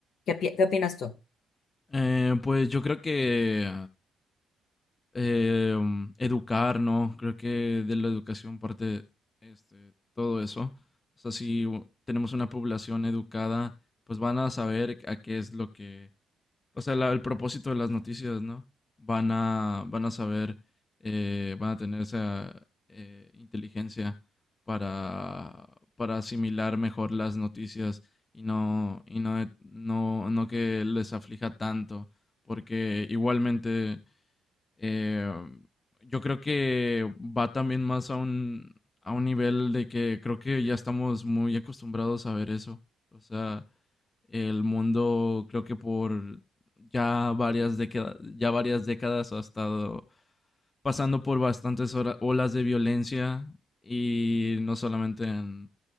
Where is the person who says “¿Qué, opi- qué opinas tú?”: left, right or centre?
Left